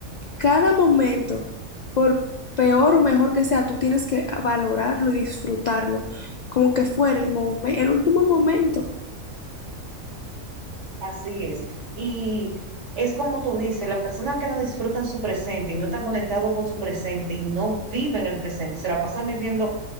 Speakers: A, on the left; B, on the right.
A: cada momento, por peor o mejor que sea, tú tienes que valorarlo y disfrutarlo, como que fuera el momen- el último momento.
B: Así es. Y es como tú dices, las personas que no disfrutan su presente y no están conectados con su presente y no viven el presente, se la pasan viviendo,